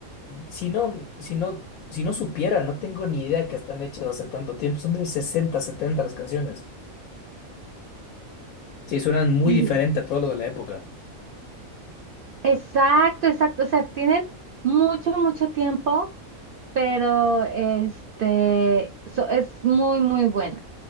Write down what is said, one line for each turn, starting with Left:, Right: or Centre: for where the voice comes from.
Left: si no, si no, si no supiera, no tengo ni idea que están hechas hace tanto tiempo. Son de 60 70 las canciones. Sí, suenan muy
Right: Sí.
Left: diferente a todo lo de la época.
Right: Exacto, exacto. O sea, tienen mucho, mucho tiempo, pero este so- es muy, muy buena.